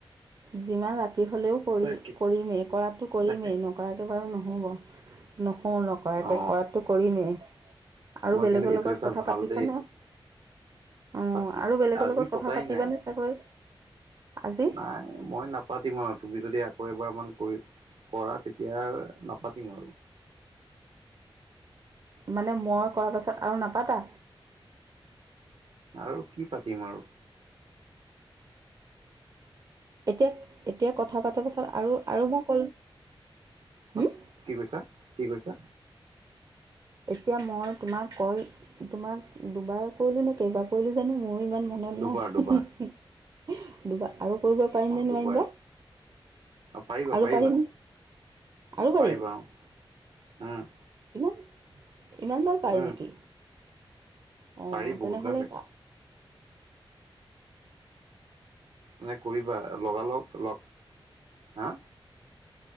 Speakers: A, on the right; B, on the right.
A: যিমান ৰাতি হ'লেও কৰি
B: তাকে
A: কৰিমেই কৰাটো কৰিমেই
B: তাকে
A: নকৰাতো বাৰু নহ'ব। নুশুওঁ নকৰাকে
B: অ
A: কৰাটো কৰিমেই
B: তোমাৰ
A: আৰু বেলেগৰ
B: কিন্তু এইটো
A: লগত
B: অভ্যাস
A: কথা
B: ভাল
A: পাতিছানে
B: দেই
A: অ
B: পাতি
A: আৰু বেলেগৰ
B: আজি
A: লগত
B: পতাই
A: কথা পাতিবানে
B: নাই
A: চাগৈ আজি
B: নাই মই নাপ নাপাতিম আৰু তুমি যদি আকৌ এবাৰমান কৰি কৰা তেতিয়া নাপাতিম আৰু
A: মানে মই কৰাৰ পাছত আৰু নাপাতা
B: আৰু কি পাতিম আৰু
A: এতিয়া এতিয়া কথা পাতাৰ পাছত আৰু আৰু মই ক'ল
B: হ
A: হুম?
B: কি কৈছা কি কৈছা
A: এতিয়া মই তোমাক কল তোমাক দুবাৰ কৰিলো নে কেইবাৰ কৰিলো জানো মোৰ ইমান মনত
B: দুবাৰ
A: নাই
B: দুবাৰ
A: হি হি হি দুবাৰ আৰু কৰিব পাৰিম নে
B: দুবাৰ
A: নোৱাৰিম বা
B: অ পাৰিবা
A: আৰু
B: পাৰিবা
A: পাৰিম আৰু পাৰিম
B: পাৰিবা অ উম।
A: হয় না ইমান বাৰ পাৰি
B: উম
A: নেকি অ
B: পাৰি বহুতবাৰ
A: তেনেহ'লে
B: পাৰি
A: তা
B: মানে কৰিবা লগালগ লগ হা।